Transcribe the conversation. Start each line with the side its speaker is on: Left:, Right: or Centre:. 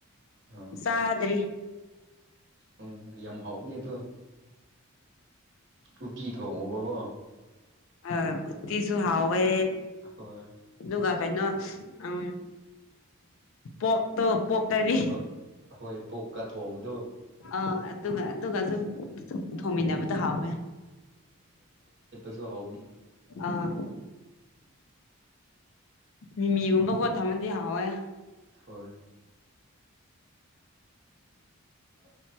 Right: ꯑꯥ
Left: ꯁꯥꯗ꯭ꯔꯤ
Right: ꯎꯝ ꯌꯥꯝ ꯍꯥꯎꯗꯦ ꯑꯗꯣ ꯎꯇꯤ ꯊꯣꯡꯉꯣꯕꯕꯣ
Left: ꯑ ꯎꯠꯇꯁꯨ ꯍꯋꯦ
Right: ꯍꯣꯏ
Left: ꯂꯒ ꯀꯩꯅꯣ ꯎ ꯄꯣꯛꯛꯇꯣ ꯄꯣꯛꯀꯔꯤ
Right: ꯍꯣꯏ ꯍꯣꯏ ꯄꯣꯛꯀ ꯊꯣꯡꯕꯗꯣ
Left: ꯑ ꯑꯗꯨꯒ ꯑꯗꯨꯒ ꯁꯨꯝ ꯊꯣꯡꯃꯤꯟꯅꯕꯗꯣ
Right: ꯍꯣꯏ
Left: ꯍꯥꯎꯋꯦ
Right: ꯁꯨ ꯍꯒꯅꯤ
Left: ꯑꯥ ꯃꯤꯃꯤꯒꯨꯝꯕ ꯀꯣ ꯊꯃꯗꯤ ꯍꯥꯎꯋꯦ
Right: ꯍꯣꯏ ꯑꯣ